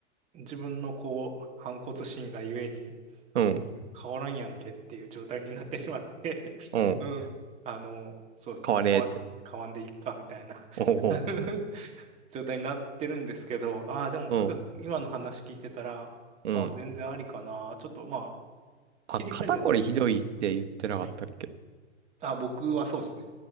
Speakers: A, on the right; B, on the right.
A: う自分の、こう、反骨心がゆえに、
B: うん、
A: 変わらんやんけっていう状態になってしまって <laughs>
B: うん、
A: うん。あの、そうですね、
B: 買わねえって。
A: まあ、変わん、変わんでいっか、みたいな
B: お
A: <laughs> 状態になってるんですけど、ああ、でも価格、
B: うんう、
A: 今の話聞いてたら、
B: うん、
A: ああ、
B: うん。
A: 全然ありかな。ちょっと、まあ、
B: あ、
A: 着る人によって、
B: 肩こりひどいって言ってなかったっけ
A: はい。あ、僕はそうですね。